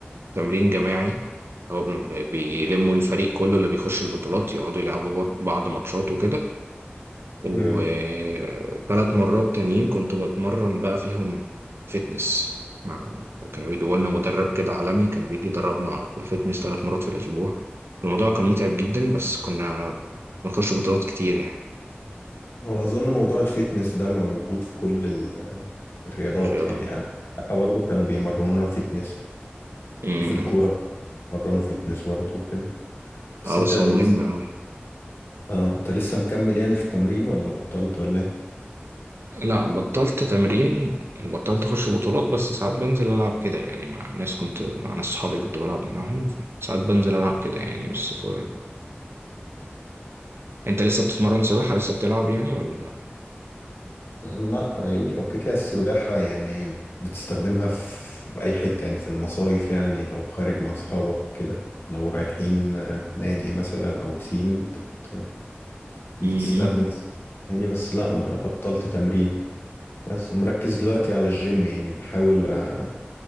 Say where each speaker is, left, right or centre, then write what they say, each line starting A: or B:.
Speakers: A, on the right (about 80°); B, on the left (about 70°).
A: تمرين جماعي هو بي- بيلموا الفريق كله اللي بيخش البطولات يقعدوا يلعبوا بعض بعض ماتشات وكده وثلاث
B: مم.
A: مرات تانيين كنت بتمرن بقى فيهم فتنس مع كانوا بيجيبوا لنا مدرب كده عالمي كان بيجي يدربنا على طول فتنس ثلاث مرات في الأسبوع الموضوع كان متعب جدا بس كنا بنخش بطولات كتير يعني
B: هو اظن موضوع الفيتنس ده موجود في كل ال- الرياضات
A: في الرياضات
B: يعني انا برضه كانوا بيمرنونا فيتنس
A: م-م.
B: وفي الكوره مرنوا فيتنس برضه وكده بس
A: اه
B: انت
A: بس
B: لسه
A: هو مهم أوي
B: اه انت لسه مكمل يعني في التمرين ولا بطلت ولا ايه؟
A: لا بطلت تمرين وبطلت أخش بطولات بس ساعات بنزل ألعب كده يعني مع ناس كنت مع ناس صحابي كنت بلعب معاهم ساعات بنزل ألعب كده يعني بس فور... أنت لسه بتتمرن سباحة لسه بتلعب يعني ولا
B: لا يعني اوكي كده السباحة يعني بتستخدمها في في أي حتة يعني في المصايف يعني لو خارج مع أصحابك كده لو رايحين آه، نادي مثلا أو بسين بت بتستخدم
A: امم امم.
B: يعني بس لا ما بطلت تمرين بس مركز دلوقتي على الجيم يعني بحاول آه،